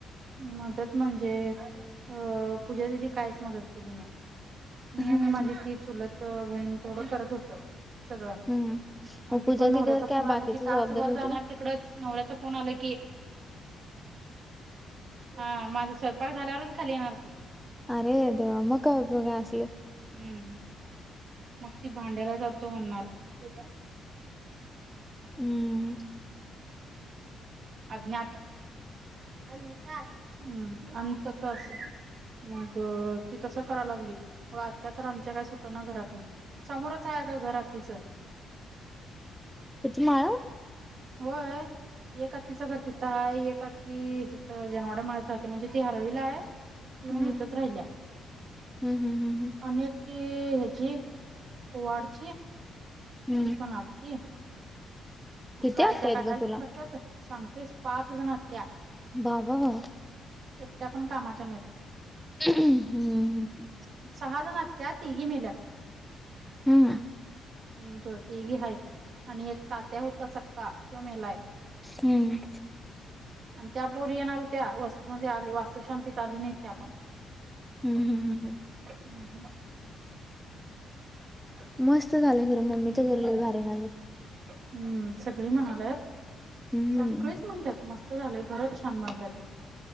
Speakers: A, on the right (about 55°); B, in the centre.
A: मदत म्हणजे ह. हम. पूजा दीदी कायच केले नाही. मी
B: हम्म
A: आणि माझी ती चुलत बहीण तेवढं करत होता. सगळं
B: हम्म
A: आणि
B: मग
A: ती
B: पूजा
A: पण नवऱ्याचा
B: दिदीवर काय
A: फोन आली
B: बाकीची
A: की तासभर
B: जबाबदारी होती
A: जाणार
B: काय
A: तिकडच नवऱ्याचा फोन आला की. हा माझा स्वयंपाक झाल्यावरच खाली येणार ती
B: अरे देवा! मंग काय उपयोग काय असलं?
A: हम्म. मग, ती भांड्याला जातो म्हणणार. ठीक आहे.
B: हम्म......
A: अज्ञात. <unintelligible> <inaudible> अंतत असे! मग, ती तसं करायला लागली. मग, आत्ता तर आमच्या काय सुटा ना घरात ना समोरच आहे का घरात तिचं.
B: तीची मा!
A: होय. एक हत्तीचं घर तिथं आहे. एक हात्ती हिथं जेनवाड्या राहते. म्हणजे ते राहते म्हणजे ती हरवीला आहे. तेऊन
B: हम्म
A: येतच राहिल्या
B: हम्म हम्म हम्म
A: अ हे जे वाडते?
B: हम्म
A: ती पण आज. हेच
B: किती
A: काय
B: आत्या
A: त्या काय
B: आहेत ग
A: हेल्प
B: तुला
A: करत्यात सांगतेस पाच जण आत्या
B: बाबा बाबा
A: त्या पण कामाच्या नाहीत.
B: हम्म
A: सहा जण हाईत त्यात तिघी मेल्यात
B: हम्म
A: हम् त तिघी हायत आणि एक तात्या होता सक्का त्यो मेलाय
B: हम्म
A: आणि त्या पोरी येणार होत्या वास्तूमध्ये आली वास्तू शांतीत आली नाही त्या आपण
B: हम् हम् हम हम
A: हम् हम अ
B: मस्त झालं खरं मम्मीच घर लय भारी झाले
A: हम्म सगळी म्हणाल्यात
B: हम्म
A: सगळेच म्हणतात मस्त झालंय खरंच छान म्हणतात ना